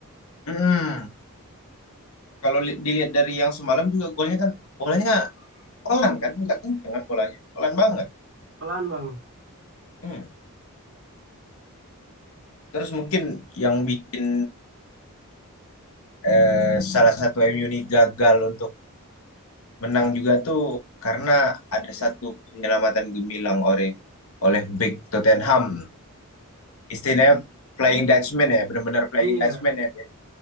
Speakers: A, on the left (about 70°); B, on the right (about 65°).
A: Mm-mm. Kalau li- dilihat dari yang semalam juga golnya kan bolanya pelan kan, nggak kenceng kan bolanya, pelan banget.
B: Pelan Bang.
A: Hmm. Terus mungkin yang bikin eh, salah satu MU ini gagal untuk menang juga tuh karena ada satu penyelamatan gemilang oleh oleh bek Tottenham Istilahnya Flying Dutchman ya, benar-benar Flying
B: Iya,
A: Dutchman ya dia.